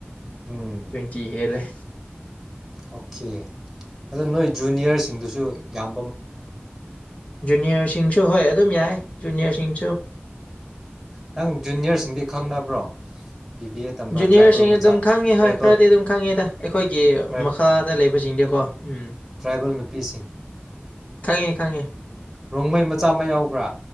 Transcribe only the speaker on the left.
ꯇ꯭ꯋꯦꯟꯇꯤ ꯍꯦꯜꯂꯦ
ꯅꯤꯌꯥꯔꯁꯤꯁꯤꯡꯁꯨ ꯍꯣꯏ ꯑꯗꯨꯝ ꯌꯥꯏ ꯆꯨꯟꯌꯥꯁꯤꯡ
ꯖꯨꯅꯤꯌꯔꯁꯤꯡ
ꯑꯗꯨꯝ ꯈꯪꯉꯤ
ꯍꯣꯏ ꯈꯔꯗꯤ ꯑꯗꯨꯝ ꯈꯪꯉꯤꯗ ꯑꯩꯈꯣꯏꯒꯤ
ꯃꯈꯥꯗ ꯂꯩꯕꯁꯤꯡꯁꯦ ꯀꯣ ꯎꯝ
ꯈꯪꯉꯦ ꯈꯪꯉꯦ